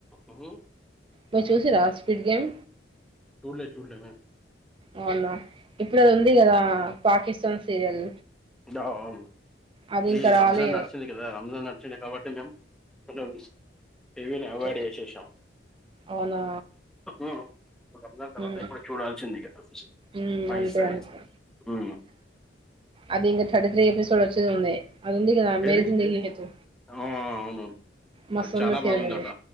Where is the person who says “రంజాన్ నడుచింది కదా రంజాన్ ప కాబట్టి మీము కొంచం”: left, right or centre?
Centre